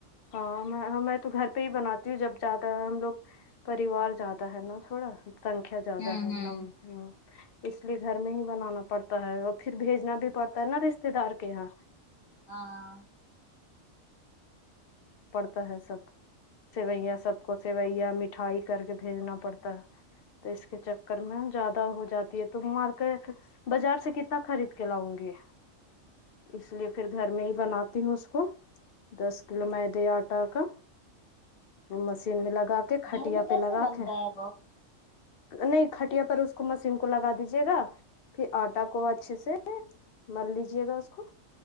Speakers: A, on the left; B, on the left.
A: ہاں میں تو گھر پہ ہی بناتی ہوں جب زیادہ ہم لوگ پریوار زیادہ ہے نا تھوڑا سنکھیا زیادہ
B: ہوں
A: ہے
B: ہوں
A: ن ہ اس لیے گھر میں ہی بنانا پڑتا ہے اور پھر بھیجنا بھی پڑتا ہے نا رشتے دار کے یہاں
B: ہاں
A: پڑتا ہے سب سیوئیاں سب کو سوئیاں مٹھائی کر کے بھیجنا پڑتا ہے تو اس کے چکر میں زیادہ ہو جاتی ہے تم مارکیٹ بازار سے کتنا خرید کے لاؤں گی اس لیے پھر گھر میں ہی بناتی ہوں اس کو دس کلو می دے آٹا کا وہ مشین میں لگا کے کھٹیا
B: گھر میں کیسے
A: پہ لگا
B: بنتا
A: کے
B: ہے وہ
A: نہیں کھٹیا پر اس کو مسیین کو لگا دیجیے گا پھر آٹا کو اچھے سے مل لیجے گا اس کو